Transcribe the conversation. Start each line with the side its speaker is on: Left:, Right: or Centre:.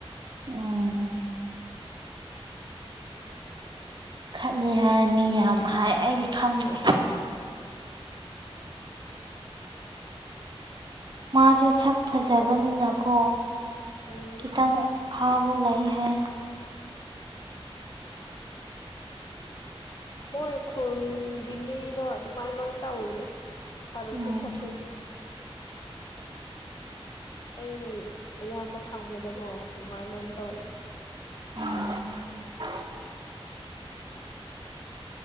Right: ꯎꯝ <inaudible> ꯈꯠꯂꯦ ꯍꯥꯏ ꯃꯤ ꯌꯥꯝ ꯍꯥꯏ ꯑꯩꯗꯤ ꯈꯪꯗꯦ꯫ ꯃꯥꯁꯨ ꯁꯛ ꯐꯖꯕꯅꯤꯅꯀꯣ꯫
Left: ꯎꯝ
Right: ꯈꯤꯇꯪ ꯐꯥꯎꯕ ꯂꯩ ꯍꯥꯏ꯫
Left: ꯃꯣꯏ ꯈꯨꯜꯒꯤ ꯃꯤꯗꯣ ꯑꯗꯨꯃꯥꯏꯅ ꯂꯣꯏ ꯇꯧꯋꯤꯗ ꯐꯔꯁꯨ
Right: ꯎꯝ
Left: ꯐꯠꯇ꯭ꯔꯁꯨ꯫ ꯑꯩ ꯑꯌꯥꯝꯕ ꯈꯪꯕꯗꯀꯣ ꯑꯗꯨꯃꯥꯏꯅ ꯂꯣꯏ ꯇꯧꯕꯅꯤ꯫
Right: <unintelligible>